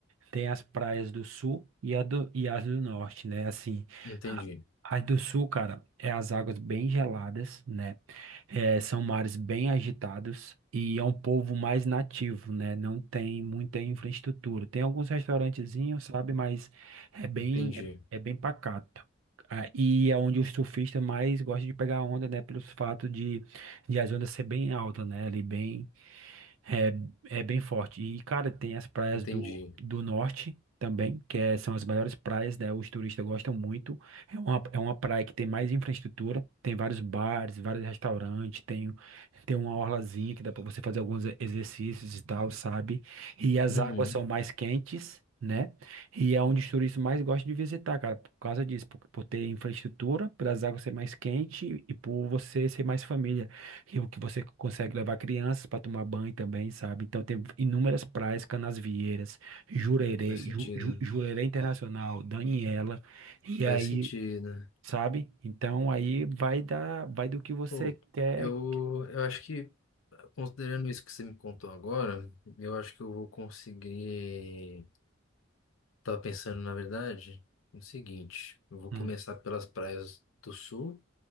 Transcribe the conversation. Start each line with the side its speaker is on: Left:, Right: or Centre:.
Right: tem as praias do sul e, a do, e as do norte, né? Assim,
Left: Entendi.
Right: a- as do sul, cara, é as águas bem geladas, né? É, são mares bem agitados e é um povo mais nativo, né? Não tem muita infraestrutura. Tem alguns restaurantezinhos, sabe? Mas é bem,
Left: Entendi.
Right: é, é bem pacato. Ah, e é onde os surfistas mais gostam de pegar onda, né? Pelos fato de, de as ondas ser bem alta, né? Ali bem é, é bem forte. E, cara, tem as praias
Left: Entendi.
Right: do, do norte também, que é- são as melhores praias, né? Os turistas gostam muito. É uma, é uma praia que tem mais infraestrutura, tem vários bares, vários restaurantes, tem, tem uma orlazinha que dá pra você fazer alguns e- exercícios e tal, sabe? E as
Left: Uhum.
Right: águas são mais quentes, né? E é onde os turistas mais gostam de visitar, cara, por causa disso, por, por ter infraestrutura, pelas águas ser mais quente e por você ser mais família. Rio que você consegue levar crianças para tomar banho também, sabe? Então tem inúmeras praias, Canasvieiras, Jurerê,
Left: Faz sentido,
Right: Ju, Ju-
Left: né?
Right: Jurerê Internacional, Daniela, e
Left: Faz
Right: aí,
Left: sentido.
Right: sabe? Então aí vai dar, vai do que você
Left: Pô,
Right: quer.
Left: eu, eu acho que, considerando isso que você me contou agora, eu acho que eu vou conseguir. Tava pensando, na verdade, no seguinte: eu vou
Right: Hum,
Left: começar pelas praias do sul,